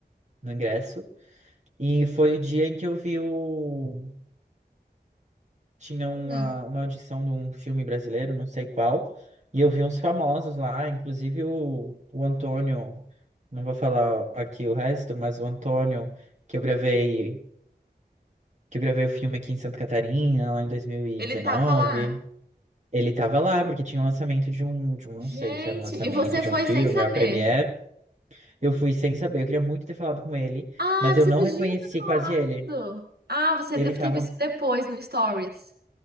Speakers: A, on the right (about 45°); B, on the right (about 70°).
A: no ingresso. E foi o dia em que eu vi o... Tinha uma,
B: Hum,
A: uma audição de um filme brasileiro, não sei qual, e eu vi uns famosos lá, inclusive o, o Antônio, não vou falar aqui o resto, mas o Antônio, que eu gravei, que eu gravei o filme aqui em Santa Catarina, lá em 2019,
B: ele tava lá.
A: ele tava lá, porque tinha o lançamento de um, de um,
B: Gente,
A: não sei se era um lançamento
B: e você
A: de
B: foi
A: um filme,
B: sem saber.
A: a premiere, eu fui sem saber, eu queria muito ter falado com ele,
B: Ah,
A: mas
B: você
A: eu não
B: podia
A: reconheci
B: ter
A: quase ele.
B: falado. Ah, você
A: Ele
B: deve
A: tava
B: ter visto depois no Stories.